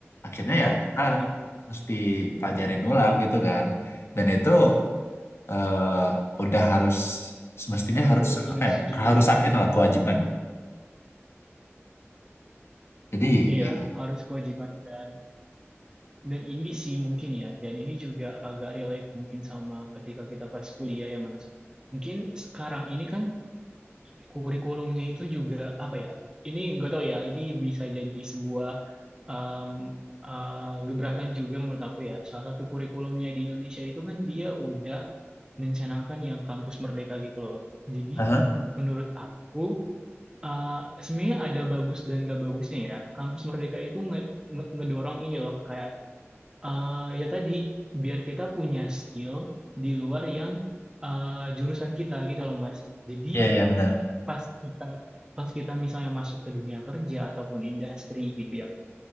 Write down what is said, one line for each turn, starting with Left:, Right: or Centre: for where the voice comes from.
Left: Akhirnya
Right: iya.
Left: ya kita
Right: Benar.
Left: mesti pelajarin ulang gitu kan. Dan itu eh, udah harus semestinya
Right: Aku
Left: harus
Right: lumayan
Left: apa ya?
Right: setuju
Left: Keharusan
Right: sama itu.
Left: gitu lah, kewajiban. Jadi
Right: Iya
Left: ya.
Right: harus kewajiban dan Dan ini sih mungkin ya, dan ini juga agak relate mungkin sama ketika kita pas kuliah ya Mas. Mungkin sekarang ini kan kurikulumnya itu juga apa ya? Ini nggak tahu ya, ini bisa jadi sebuah um, uh, gebrakan juga menurut aku ya. Salah satu kurikulumnya di Indonesia itu kan dia udah mencanangkan yang kampus merdeka gitu loh. Jadi
Left: Aha.
Right: menurut aku uh, sebenarnya ada bagus dan gak bagusnya ya. Kampus merdeka itu nge- nge- ngedorong ini loh kayak eh ya tadi biar kita punya skill di luar yang eh, jurusan kita gitu loh Mas. Jadi
Left: Iya iya benar.
Right: pas kita pas kita misalnya masuk ke dunia kerja ataupun industri gitu ya,